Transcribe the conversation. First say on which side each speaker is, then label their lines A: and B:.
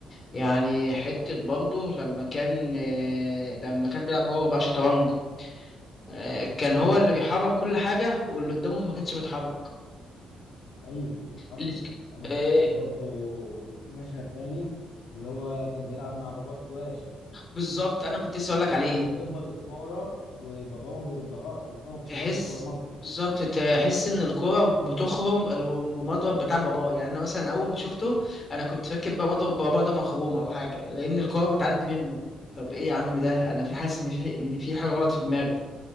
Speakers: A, on the left; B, on the left.
A: يعني حتة برضه لما كان آه، لما كان بيلعب هو بقى شطرنج آه، كان
B: مم.
A: هو اللي بيحرك كل حاجة واللي قدامه ما كانش بيتحرك
B: ايوه حصل
A: اللي
B: انا شفت
A: آه،
B: برضو في مشهد تاني اللي هو كان بيلعب مع باباه سكواش
A: وبالظبط أنا كنت لسه أقول لك عليه
B: هو بيخبط الكوره وباباه ما بيردهاش هي الكوره ما بتتردش
A: تحس
B: ولا مره
A: بالظبط تحس إن الكرة بتخرم المضرب بتاع باباه يعني أنا مثلا أول ما شفته أنا كنت فاكر بقى مضرب باباه ده مخروم أو حاجة لأن الكرة بتعدي منه طب إيه يا عم ده أنا في حاسس إن في إن في حاجة غلط في دماغي